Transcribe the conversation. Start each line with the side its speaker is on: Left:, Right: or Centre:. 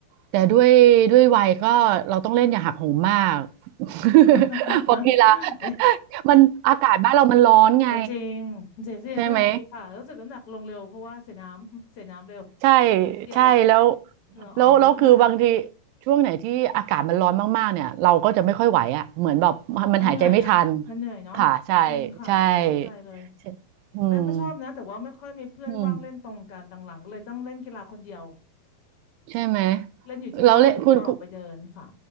Right: แต่ด้วยด้วยวัยก็เราต้องเล่นอย่าหักโหมมาก <laughs>
Left: <laughs>
Right: เพราะกีฬา
Left: เอ๊ะ
Right: มันอากาศบ้านเรามันร้อนไง
Left: <laughs> เอาจริงเสียเสียเหงื่อดีค่ะรู้สึกน้ำหนักลงเร็วเพราะว่าเสียน้ำ
Right: ใช่ไหม
Left: <laughs> เสียน้ำเร็ว
Right: ใช่
Left: เพื่อนเดียว
Right: ใช่แล้ว
Left: เหงื่อออกเยอะมาก
Right: แล้วแล้วคือบางทีช่วงไหนที่อากาศมันร้อนมากๆเนี่ยเราก็จะไม่ค่อยไหวอ่ะเหมือนแบบมันหายใจไม่ทัน
Left: อ๋อมันเหนื่อยอ่ะมันเหนื่อยเนาะจริงค่ะเข้าใจเลย
Right: ค่ะใช่ใช่ใช่อืม
Left: แป้งก็ชอบนะ แต่ว่าไม่ค่อยมีเพื่อนว่างเล่นตรงกันหลังๆเลยต้องเล่นกีฬาคนเดียว
Right: อืมใช่ไหม
Left: เล่นอยู่ที่บ้านก็ออกไปเดินค่ะ
Right: เราเล่นคุณคุณ